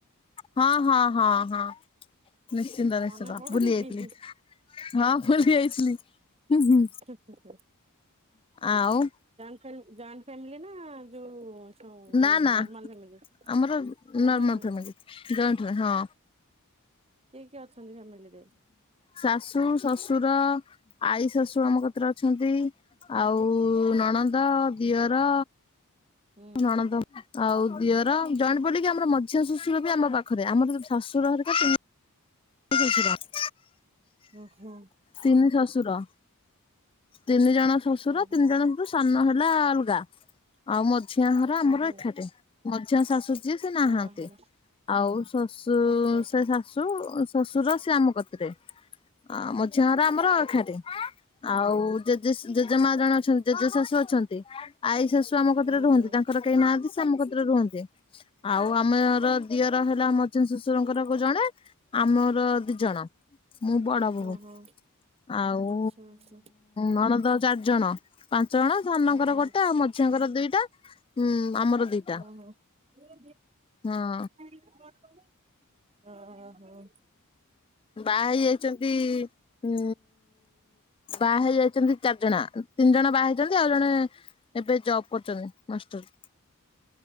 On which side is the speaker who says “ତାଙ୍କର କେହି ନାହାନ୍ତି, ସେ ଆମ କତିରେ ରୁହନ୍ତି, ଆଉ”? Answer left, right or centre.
Left